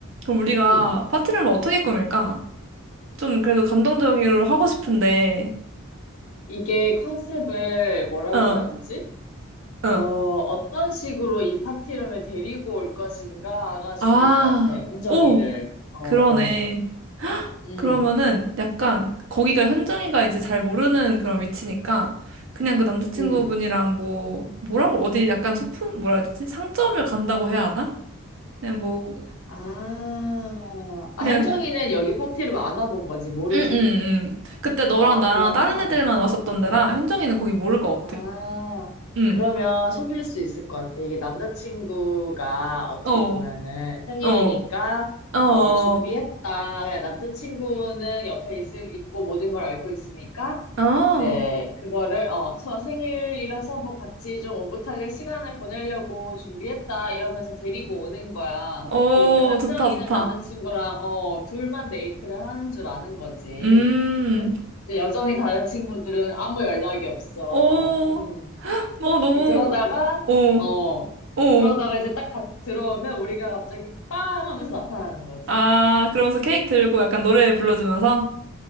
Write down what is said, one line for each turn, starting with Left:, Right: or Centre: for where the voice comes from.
Right: 그럼 우리가
Left: 응 응 아
Right: 파티룸을 어떻게 꾸밀까? 좀 그래도 감동적으로 하고 싶은데,
Left: 이게 컨셉을 뭐라고
Right: 어,
Left: 해야 되지
Right: 어.
Left: 어 어떤 식으로 이 파티룸에 데리고 올 것인가가 중요할
Right: 아,
Left: 것 같아 현정이를
Right: 오,
Left: 어어
Right: 그러네.
Left: 음
Right: 그러면은 약간 거기가 현정이가 이제 잘 모르는 그런 위치니까 그냥 그 남자친구분이랑
Left: 음.
Right: 뭐, 뭐라고 어디 약간 소품, 뭐라 해야 되지? 상점을 간다고 해야 하나? 그냥 뭐,
Left: 아, 아,
Right: 그냥,
Left: 현정이는 여기 파티를 안 와본 거지, 모르지.
Right: 응, 응, 응. 그때 너랑
Left: 어,
Right: 나랑
Left: 그러면,
Right: 다른 애들만 왔었던
Left: 음,
Right: 데라 현정이는 거기 모를 것
Left: 아,
Right: 같아. 응,
Left: 그러면 속일 수 있을 것 같아. 이게 남자친구가 어떻게
Right: 어,
Left: 보면은 생일이니까
Right: 어, 어,
Left: 뭐 준비했다. 그냥 남자친구는 옆에 있을, 있고 모든 걸 알고 있으니까
Right: 어,
Left: 이제 그거를, 어, 서 생일이라서 뭐 같이 좀 오붓하게 시간을 보내려고 준비했다. 이러면서 데리고 오는 거야.
Right: 어,
Left: 그러니까 현정이는
Right: 좋다, 좋다.
Left: 남자친구랑, 어, 둘만 데이트를 하는 줄 아는 거지.
Right: 음.
Left: 이제 여전히 다른 친구들은 아무 연락이 없어.
Right: 오,
Left: 음.
Right: 너 너무,
Left: 그러다가,
Right: 오,
Left: 어,
Right: 오.
Left: 그러다가 이제 딱 가- 들어오면 우리가 갑자기 빵 하면서 나타나는 거지.
Right: 아, 그러면서 케이크 들고 약간 노래 불러주면서?